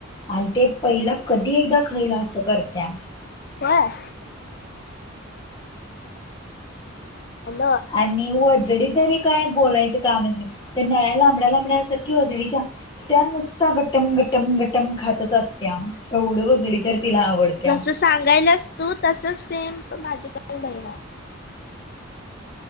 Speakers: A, on the left; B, on the left.
A: आणि ते पहिला कधी एकदा खाईन असं करत्या.
B: व्हयं. हॅलो!
A: वजडी तरी काय बोलायचं काम नाय त्या नळ्या लांबड्या लांबड्या असतात, कि वजडीच्या त्या नुसता गटम गटम गटम खातचं असत्या, एवढी वजडी तर तिला आवडत्या.
B: जसं सांगायलास तू तसचं सेम टू माझी बहिण <unintelligible>